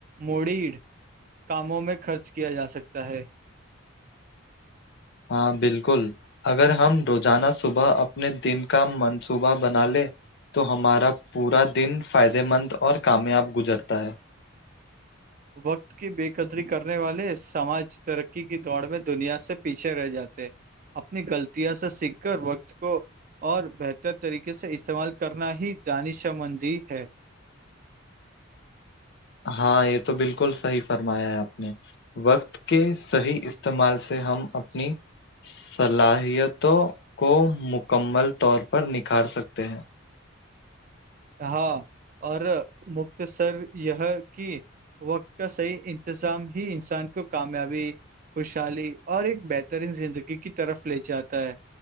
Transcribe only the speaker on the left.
ہاں بالکل اگر ہم روزانہ صبح اپنے دن کا منصوبہ بنا لے تو ہمارا پورا دن فائدے مند اور کامیاب گزرتا ہے
ہاں یہ تو بالکل صحیح فرمایا ہے آپ نے وقت کے صحیح استعمال سے ہم اپنی صلاحیتوں کو مکمل طور پر نکھار سکتے ہیں